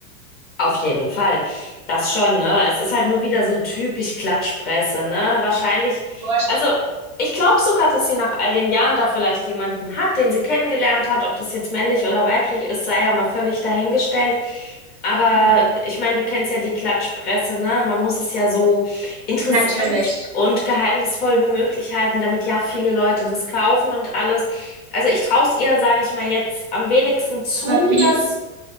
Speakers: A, on the left (about 20°); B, on the right (about 35°).
A: Auf jeden Fall. Das schon, ne? Es ist halt nur wieder so typisch Klatschpresse, ne? Wahrscheinlich,
B: Furchtbar.
A: also ich glaube sogar, dass sie nach all den Jahren da vielleicht jemanden hat, den sie kennengelernt hat. Ob das jetzt männlich oder weiblich ist, sei ja mal völlig dahingestellt. Aber
B: Mhm.
A: ich meine, du kennst ja die Klatschpresse, ne? Man muss es ja so interessant
B: Natürlich.
A: und geheimnisvoll wie möglich halten, damit ja viele Leute das kaufen und alles. Also ich traue es ihr, sage ich mal, jetzt am wenigsten zu,
B: Aber wie
A: dass.